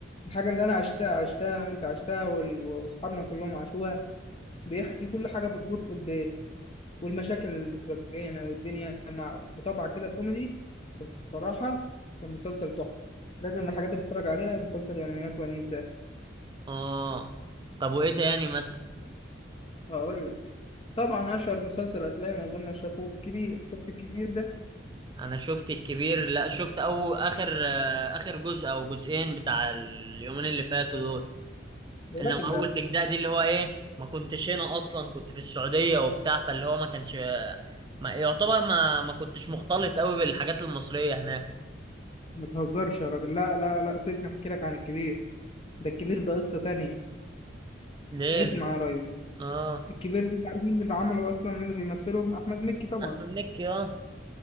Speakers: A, on the left; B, on the right.
A: الحاجه اللي انا عشتها عشتها وانت عشتها وال- واصحابنا كلهم عاشوها بيحكي كل حاجه بتدور في البيت والمشاكل اللي بتواجهنا والدنيا مع بطبع كده كوميدي بصراحة كان مسلسل تحفة لازم من الحاجات اللي تتفرج عليها مسلسل يوميات ونيس ده
B: اه طب وايه تاني مثلا
A: هقول لك طبعا أشهر مسلسل هتلاقي معظمنا شافوه الكبير شفت الكبير ده
B: انا شفت الكبير لا شفت او اخر آه، اخر جزء او جزئين بتاع اليومين اللي فاتوا دول
A: يا
B: انما
A: راجل
B: اول
A: لا
B: تجزاء دي اللي هو ايه ما كنتش هنا اصلا كنت في السعودية وبتاع فاللي هو ما كانش ما يعتبر ما ما كنتش مختلط قوي بالحاجات المصرية هناك
A: ما تهزرش يا راجل لا لا لا سيبني أحكي لك عن الكبير ده الكبير ده قصة تانية
B: ليه
A: اسمع
B: بك-
A: يا ريس
B: اه
A: الكبير ده أنت عارف مين اللي عمله أصلا مين اللي بيمثله أحمد مكي طبعا
B: احمد مكي اه